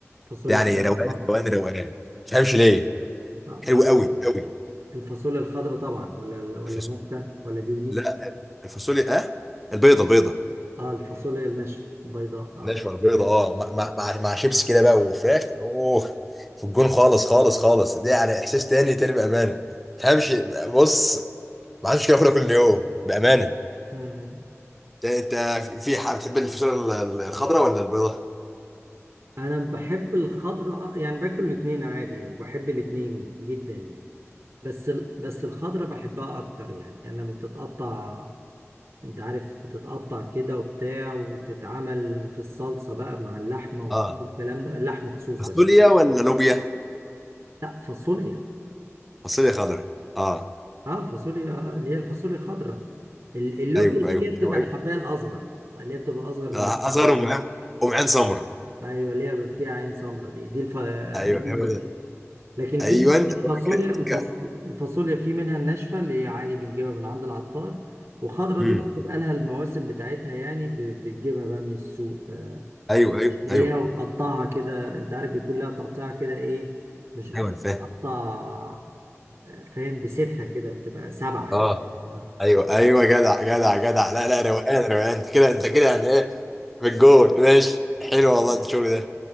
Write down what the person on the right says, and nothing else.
الفاصوليا
الخضراء
طبعا
اه
بقول
لك
الفاصوليا الخضراء طبعا ولا ال- ولا
الناشفه ولا دي ودي
اه الفاصوليا الناشفه البيضاء اه
تمام
مم.
انا بحب الخضراء آه، يعني باكل الاتنين عادي وبحب الاتنين جدا يعني بس ال... بس الخضراء بحبها اكتر يعني يعني لما بتتقطع انت عارف بتتقطع كده وبتاع وتتعمل في الصلصه بقى مع اللحمه وبتاع
والكلام ده اللحمه خصوصا
يعني
لا فاصوليا
اه فاصوليا اللي هي الفاصوليا الخضراء ال- اللوبيا
دي
اللي هي بتبقى
الحبايه الاصغر اللي هي بتبقى اصغر من
الفاصوليا
ايوه اللي هي فيها عين سمراء دي دي الف...
دي
اللوبيا
لكن
في الف-
الفاصوليا الفاص... الفاصوليا في منها الناشفه اللي هي عادي بنجيبها من عند العطار وخضرة
دي بقى بتبقى لها المواسم بتاعتها يعني ب- بتجيبها بقى من السوق آه،
تشتريها
وتقطعها كده انت عارف بيكون لها تقطيع كده ايه مش بتقطع
فاهم بسيفها كده بتبقى سبعة
كده آه.
آه.